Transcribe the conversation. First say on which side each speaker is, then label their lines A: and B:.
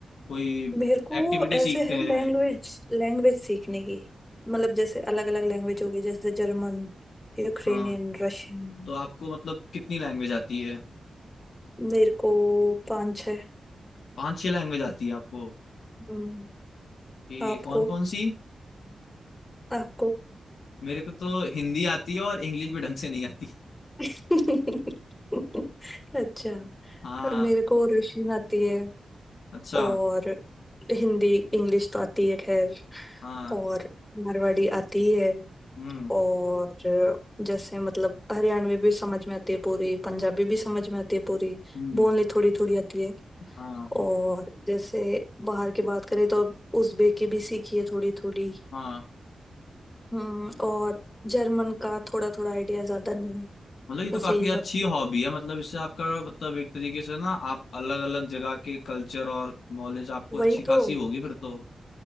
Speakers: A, on the left; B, on the left.
A: कोई
B: मेरे को
A: एक्टिविटी
B: ऐसे
A: सीखते
B: है
A: हैं
B: लैंग्वेज लैंग्वेज सीखने की मतलब जैसे अलग अलग लैंग्वेज होगी जैसे जर्मन यूक्रेनियन
A: हाँ
B: रशियन
A: तो आपको मतलब कितनी लैंग्वेज आती है
B: मेरे को पांच छः
A: पांच छह लैंग्वेज आती है आपको
B: हम्म,
A: कि
B: आपको
A: कौन कौन सी
B: आपको
A: मेरे को तो हिंदी आती है और इंग्लिश भी ढंग से नहीं आती
B: <laughs> अच्छा
A: हाँ
B: मेरे को रशियन आती है
A: अच्छा
B: और हिंदी इंग्लिश तो आती है खैर
A: हाँ
B: और मारवाड़ी आती है
A: हम्म
B: और जैसे मतलब हरियाणवी भी समझ में आती है पूरी पंजाबी भी समझ में आती है पूरी
A: हम्म
B: बोलनी थोड़ी थोड़ी आती है
A: हाँ
B: और जैसे बाहर की बात करें तो उज़्बेक भी सीखी है थोड़ी थोड़ी
A: हाँ
B: हम्म और जर्मन का थोड़ा थोड़ा आइडिया ज्यादा नहीं है
A: मतलब ये तो
B: बस
A: काफी
B: यही
A: अच्छी
B: सब
A: हॉबी है मतलब इससे आपका मतलब एक तरीके से ना आप अलग अलग जगह के कल्चर और नॉलेज आपको अच्छी
B: वही तो
A: खासी होगी फिर तो